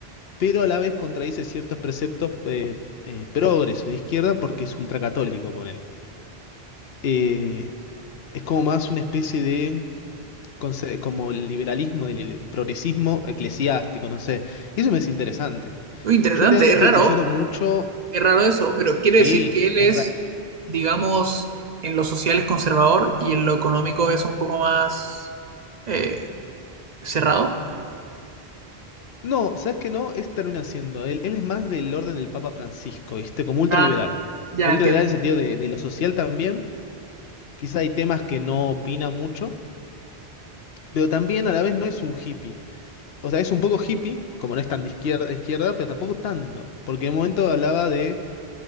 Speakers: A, on the left; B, on the right.
A: pero a la vez contradice ciertos preceptos eh, eh, progres o de izquierda porque es ultracatólico, ponele. Eh, es como más una especie de conce- como el liberalismo, el progresismo eclesiástico, no sé. Y eso me es interesante.
B: Muy interesante,
A: Yo últimamente
B: es
A: estoy
B: raro,
A: escuchando mucho.
B: Qué raro eso, pero quiere
A: Sí,
B: decir que él
A: es
B: es,
A: raro.
B: digamos, en lo social es conservador y en lo económico es un poco más eh, cerrado.
A: No, ¿sabes qué no? Es termina siendo. Él, él es más del orden del Papa Francisco, ¿viste? Como ultraliberal.
B: Ah, ya
A: Ultraliberal
B: entiendo.
A: en el sentido de, de lo social también. Quizá hay temas que no opina mucho, pero también a la vez no es un hippie. O sea, es un poco hippie, como no es tan de izquierda, de izquierda, pero tampoco tanto. Porque en un momento hablaba de